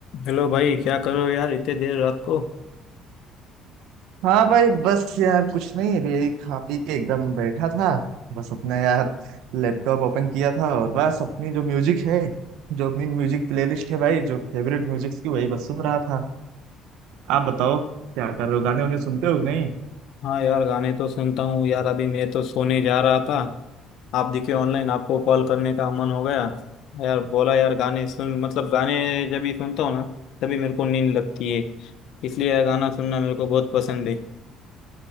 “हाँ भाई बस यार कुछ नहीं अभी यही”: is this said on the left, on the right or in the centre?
Right